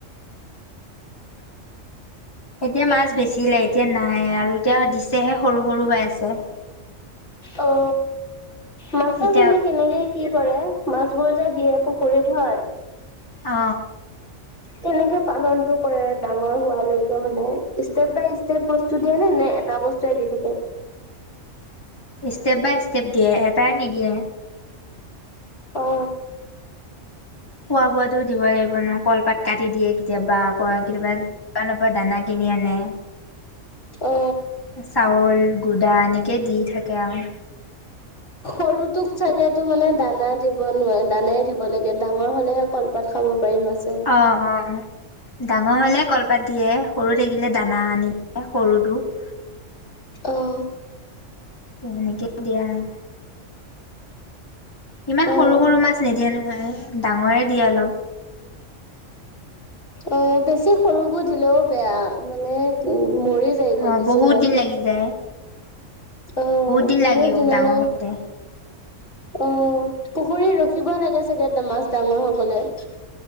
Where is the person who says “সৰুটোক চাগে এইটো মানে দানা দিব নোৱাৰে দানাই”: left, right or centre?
Left